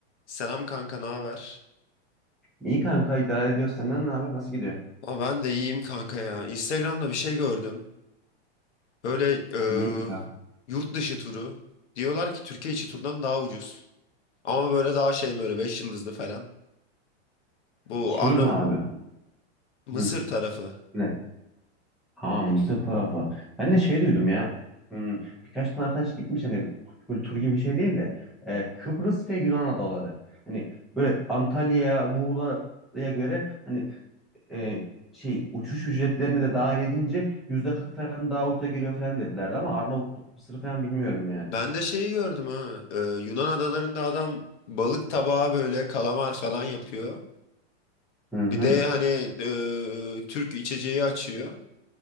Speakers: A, on the left (about 80°); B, in the centre.
A: Selam kanka, ne haber?
B: İyi kanka idare ediyoruz. Senden ne haber? Nasıl gidiyor?
A: Aa, ben de iyiyim kanka ya. Instagram'da bir şey gördüm. Böyle eee,
B: Neymiş ya?
A: yurt dışı turu. Diyorlar ki Türkiye içi turdan daha ucuz. Ama böyle daha şey böyle 5 yıldızlı falan. Bu
B: Şey
A: Arnavut
B: mi abi?
A: Mısır
B: Hı.
A: tarafı.
B: Ne? Ha Mısır tarafı. Ben de şey duydum ya. Hmm, birkaç tane arkadaş gitmiş hani böyle tur gibi bir şey değil de e, Kıbrıs ve Yunan adaları. Hani böyle Antalya'ya, Muğla'ya göre hani e, şey uçuş ücretlerini de dahil edince yüzde 40 falan daha ucuza geliyor falan dedilerdi ama Arnavutluk, Mısır falan bilmiyorum yani.
A: Ben de şeyi gördüm ha. Eee, Yunan adalarında adam balık tabağı böyle kalamar falan yapıyor.
B: Hı hı.
A: Bir de hani eee, Türk içeceği açıyor.